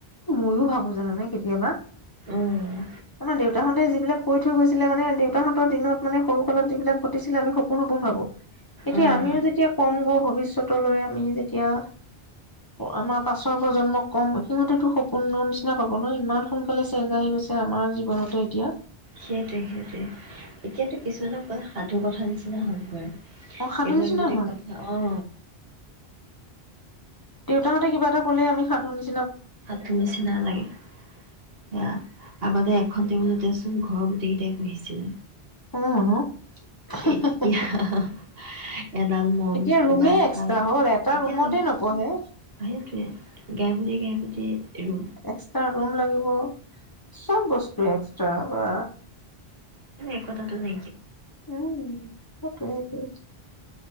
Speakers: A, on the left (about 20°); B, on the right (about 65°).
A: ময়ো ভাবো জানানে কেতিয়াবা
B: অ'।
A: তোমাৰ দেউতা হত যি বিলাক কৈ থৈ গৈছিলে মানে দেউতাহঁতৰ দিনত মানে সৰু কালত যিবিলাক ঘটিছিলে আমি সপোন সপোন ভাবো এতিয়া
B: অ',
A: আমিও যেতিয়া কম গৈ হল ভৱিষ্যত লৈ আমি যেতিয়া আমাৰ পাছ প্ৰজন্মক কম সিহঁতেতো সপোনৰ নিচিনা পাব ন, ইমান সোনকালে চেঞ্জ আহি গৈছে আমাৰ জীৱনতে এতিয়া
B: সেইটোৱে সেইটোৱে এতিয়াতো কিছুমানক ক'লে সাধু কথা নিচি নহয় এইবিলাক
A: অসাধু নিচিনা
B: যদি
A: হোৱা
B: কথা অ
A: দেউতাহঁতে কিবা এটা কলে আমি সাধু নি-
B: হাতটো নিচিনা লাগে, সেয়া আগতে এখন টেবুলতেচোন ঘৰৰ গোটেইকেইটাই পঢিহিছিলে
A: অ ন হে
B: এতিয়া
A: হে হে হে
B: এডাল মম
A: এতিয়া ৰুমেই
B: বা এডাল
A: এক্সট্ৰা হ'ল এটা
B: এতিয়া
A: ৰুমতে নপঢ়ে
B: সেইটোৱে গাই পুতি গাই পুতি তেওঁ
A: এক্সট্ৰা ৰুম লাগিব। চব বস্তু এক্সট্ৰা বা।
B: তাতে তুমি।
A: উম সেইটোৱে।